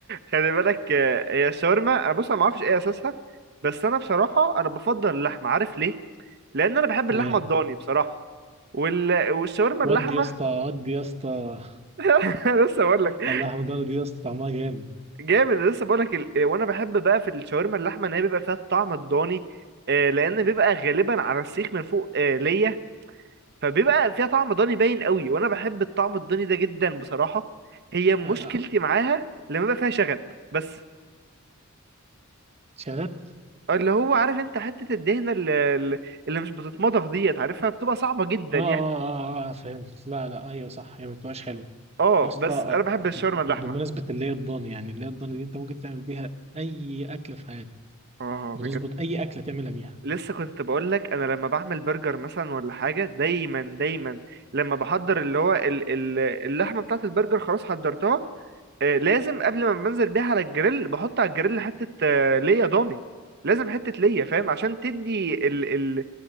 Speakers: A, on the right; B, on the right.
A: خلي بالك آه، هي الشاورما بص انا ما اعرفش ايه اساسها بس انا بصراحه انا بفضل اللحمه عارف ليه لان انا بحب اللحمه
B: ليه
A: الضاني بصراحه وال... والشاورما
B: ودي
A: اللحمه
B: يا اسطى ودي يا اسطى
A: <laughs> أنا لسه بقول لك
B: اللحمه الضاني دي يا اسطى طعمها جامد
A: جامد أنا لسه بقول لك ال... وانا بحب بقى في الشاورما اللحمه ان هي بيبقى فيها الطعم الضاني آه، لان بيبقى غالبا على السيخ من فوق آه، ليا فبيبقى فيها طعم ضاني باين قوي وانا بحب الطعم الضاني ده جدا بصراحه هي مشكلتي
B: آه،
A: معاها لما بيبقى فيها شغب بس
B: شغال
A: اللي هو عارف انت حتة الدهنة اللي, اللي مش بتتمضغ ديت عارفها بتبقى صعبة جدا
B: اه اه
A: يعني
B: اه اه آه، آه، فهمت لا لا ايوه صح هي ما بتبقاش حلوه
A: اه
B: يا اسطى
A: بس
B: آه،
A: انا بحب الشاورما اللحمة
B: بمناسبه اللي هي الضاني يعني اللي هي الضاني دي انت ممكن تعمل بيها اي اكل في حياتك
A: اه
B: بتظبط
A: بجد
B: اي اكله تعملها بيها
A: لسه كنت بقول لك انا لما بعمل برجر مثلا ولا حاجة دايما دايما لما بحضر اللي هو ال- ال- اللحمة بتاعة البرجر خلاص حضرتها آه، لازم قبل ما بنزل بيها على الجريل بحط على الجريل حتة آه، ليا ضاني لازم حتة ليا فاهم عشان تدي ال ال